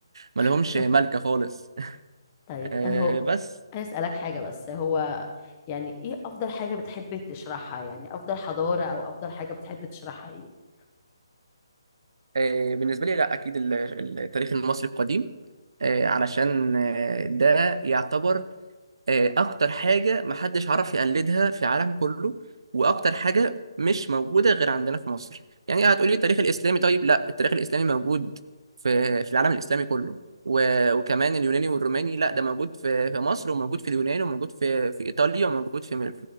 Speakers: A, on the right; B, on the left.
A: ما لهمش
B: <laughs>
A: <laughs> ملكة خالص
B: طيب
A: آه،
B: اهو
A: بس
B: انا اسالك حاجه بس هو يعني ايه افضل حاجه بتحب تشرحها يعني افضل حضاره او افضل حاجه بتحب تشرحها ايه
A: آه، بالنسبة لي لا أكيد ال- التاريخ المصري القديم آه، علشان آه، ده يعتبر آه، اكتر حاجه محدش عرف يقلدها في العالم كله واكتر حاجه مش موجوده غير عندنا في مصر يعني هتقولي التاريخ الاسلامي طيب لا التاريخ الاسلامي موجود في في العالم الاسلامي كله و- وكمان اليوناني والروماني لا ده موجود في في مصر وموجود في اليونان وموجود في في ايطاليا وموجود في